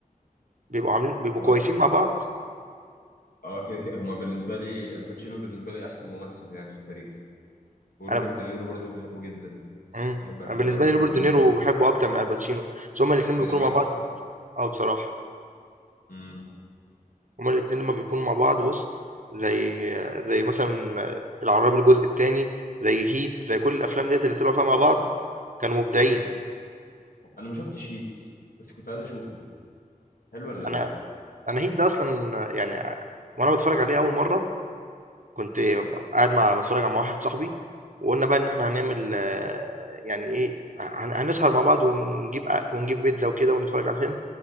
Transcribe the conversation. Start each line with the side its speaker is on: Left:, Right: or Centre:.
Right: بيبقوا عاملين بيبقوا
Left: اه
Right: كويسين مع بعض
Left: اه كده كده هما بالنسبة لي الباتشينو بالنسبة لي أحسن ممثل يعني في التاريخ وروبرت
Right: أنا
Left: دينيرو برضو بحبه جدا
Right: مم.
Left: بحب أفلامه
Right: أنا بالنسبة
Left: أوي
Right: لي
Left: فبالنسبة
Right: روبرت دينيرو بحبه أكتر من الباتشينو بس هما الاتنين بيكونوا
Left: إيه ده بجد؟
Right: مع بعض اه بصراحة
Left: امم
Right: هما الاتنين لما بيكونوا مع بعض بُص، زي زي مثلًا العراب الجزء التاني، زي هيت، زي كل الأفلام ديّة اللي طلعوا فيها مع بعض، كانوا مبدعين.
Left: أنا ما شفتش هيت بس كنت عايز أشوفه حلو ولا
Right: أنا
Left: إيه؟
Right: أنا هيت ده أصلًا يعني وأنا باتفرج عليه أول مرّة، كنت م قاعد مع باتفرج مع واحد صاحبي، وقُلنا بقى إن إحنا هنعمل آه، يعني إيه، هن هنسهر مع بعض ونجيب أ ونجيب بيتزا وكده ونتفرج على الفيلم،